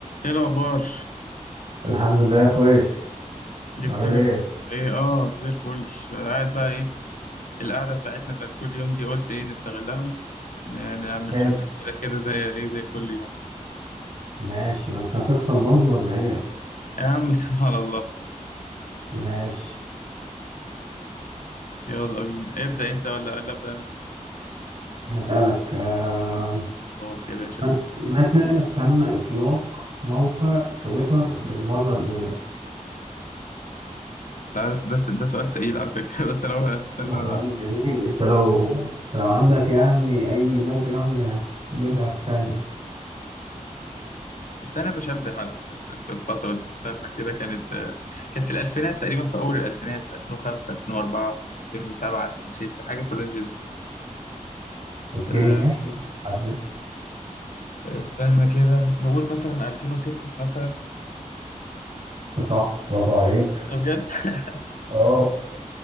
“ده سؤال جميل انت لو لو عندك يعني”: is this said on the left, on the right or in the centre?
Right